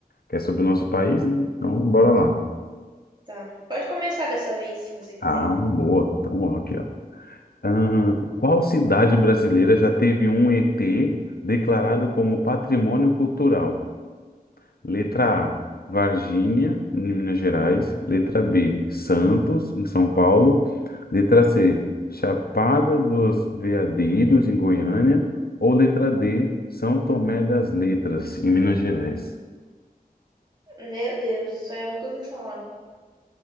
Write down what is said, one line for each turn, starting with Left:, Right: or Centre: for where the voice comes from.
Left: Que é sobre o nosso país, né? então bora lá.
Right: Tá. Pode começar dessa vez, se você quiser.
Left: Ah, boa. Então, ó, aqui, ó. Ah, qual cidade brasileira já teve um ET declarado como patrimônio cultural? Letra A, Varginha, em Minas Gerais. Letra B, Santos, em São Paulo. Letra C, Chapada dos Veadeiros, em Goiânia. Ou letra D, São Tomé das Letras, em Minas Gerais.
Right: Meu Deus, isso aí eu nunca ouvi falar.